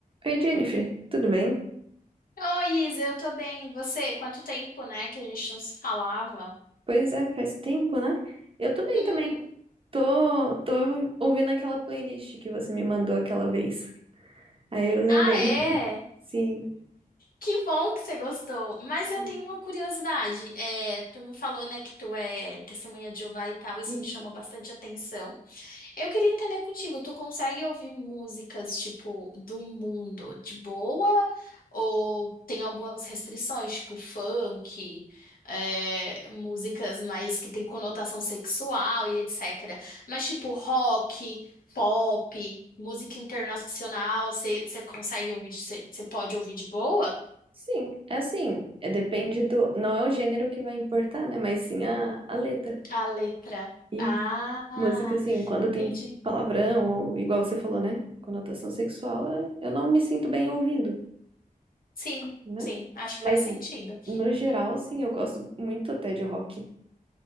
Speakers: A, on the right (about 35°); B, on the left (about 75°).
A: Oi, Jennifer, tudo bem?
B: Oi, Isa, eu tô bem. E você? Quanto tempo, né, que a gente não se falava?
A: Pois é, faz tempo, né? Eu tô bem
B: Uhum.
A: também. Tô, tô ouvindo aquela playlist que você me mandou aquela vez. Aí eu lembrei.
B: Ah, é?
A: <laughs> Sim,
B: Que bom que você gostou. Mas
A: sim,
B: eu tenho uma curiosidade. É, tu me falou, né, que tu é testemunha de Jeová e tal, isso
A: isso.
B: me chamou bastante atenção. Eu queria entender contigo, tu consegue ouvir músicas, tipo, do mundo de boa? Ou tem algumas restrições, tipo funk, é, músicas mais que tem conotação sexual e etc. Mas, tipo, rock, pop, música internacional, você você consegue ouvir, você você pode ouvir de boa?
A: Sim, é assim, é, depende do. Não é o gênero que vai importar, né? Mas sim a, a letra.
B: A letra.
A: E
B: Ah,
A: música, assim, quando
B: entendi.
A: tem palavrão, ou igual você falou, né? Conotação sexual, é- eu não me sinto bem ouvindo,
B: Sim,
A: né?
B: sim, acho que
A: Mas
B: faz sentido.
A: no geral, assim, eu gosto muito até de rock.